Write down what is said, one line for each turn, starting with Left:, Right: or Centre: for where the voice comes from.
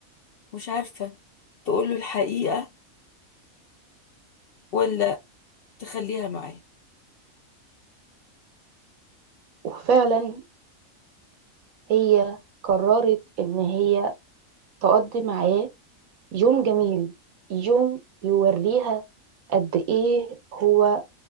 Left: مش عارفة تقول له الحقيقة ولا تخليها معاه
Right: وفعلا هي قررت إن هي تقضي معاه يوم جميل يوم يوريها قد ايه هو